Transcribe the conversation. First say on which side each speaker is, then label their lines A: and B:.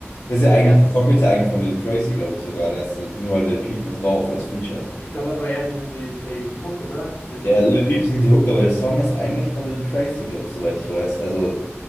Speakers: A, on the left (about 80°); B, on the left (about 50°).
A: Das ist ja
B: Der
A: eigentlich,
B: erste
A: der Song ist ja eigentlich von Lil Tracy, glaube ich sogar. Der ist äh, nur halt Lil Peep mit drauf als Feature.
B: Ich glaube aber, er singt die, die, die Hook, oder? Lil
A: Ja,
B: Peep.
A: Lil Peep singt die Hook, aber der Song ist eigentlich von Lil Tracy, glaube ich, soweit ich weiß. Also,